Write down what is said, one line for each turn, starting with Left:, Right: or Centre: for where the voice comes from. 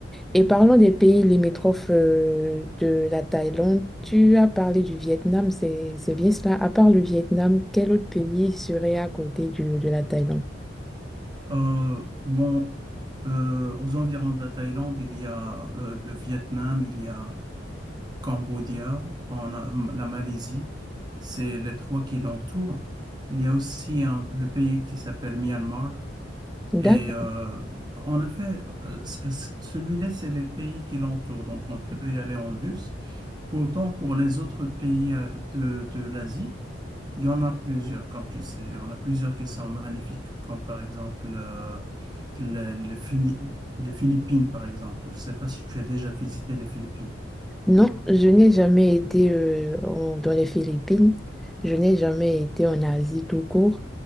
Centre: Et parlons des pays limitrophes euh, de la Thaïlande. Tu as parlé du Vietnam, c'est c'est bien cela. À part le Vietnam, quel autre pays serait à côté du- de la Thaïlande?
Right: Euh, bon, euh, aux environs de la Thaïlande, il y a euh, le Vietnam, il y a Cambodia, en a la Malaisie, c'est les trois qui l'entourent. Il y a aussi un- le pays qui s'appelle Myanmar.
Centre: D'accord.
Right: Et euh, en effet, euh, c- c- celui-là, c'est les pays qui l'entourent, donc on peut y aller en bus. Pourtant, pour les autres pays euh, de, de l'Asie, il y en a plusieurs, comme tu sais. Il y en a plusieurs qui sont magnifiques, comme par exemple euh, les, les Phili- les Philippines, par exemple. Je ne sais pas si tu as déjà visité les Philippines.
Centre: Non, je n'ai jamais été euh, en- dans les Philippines. Je n'ai jamais été en Asie tout court.